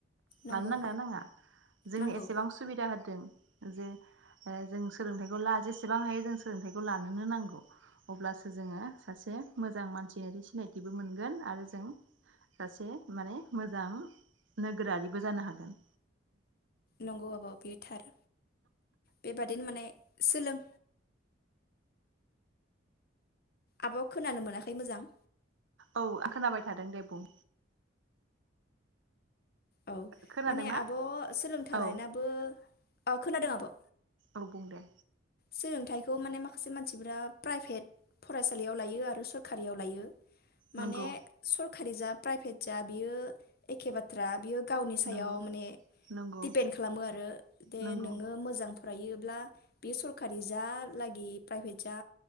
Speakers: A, on the left; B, on the right.
A: नंगौ
B: लानो नांगोना नांङा जोंनि
A: नांगौ
B: एसेबां सुबिदा हो जों जे ओ जों सोलोंथाइखौ ला जेसेबां हायो जों सोलोंथाइखौ लानोनो नांगौ अब्लासो जोंङो सासे मोजां मानसि दियारि सिनायथिबो मोनगोन आरो जों सासे माने मोजां नोगोरारिबो जानो हागोन।
A: नंगौ आब' बियो थार बेबादिनो माने सोलों आब' खोनानो मोनाखै मोजां
B: औ आं खोनाबाय थादों दे बुं
A: औ
B: खोनादोंना
A: माने आब' सोलोंथा
B: औ
A: लानायाबो औ खोनादों आब'
B: औ बुं दे
A: सोलोंथाइखौ माने माखासे मानसिफोरा प्राइभेट फरायसालियाव लायो आरो सरखारियाव लायो। माने
B: नंगौ
A: सर खारि जा प्राइभेट जा बियो एखे बाथ्रा बियो गावनि सायाव
B: नंगौ
A: माने
B: नंगौ
A: दिपेन्ड खालामो आरो दे
B: नंगौ
A: नोंङो मोजां फरायोब्ला बे सरखारि जा लागि प्राइभेट जा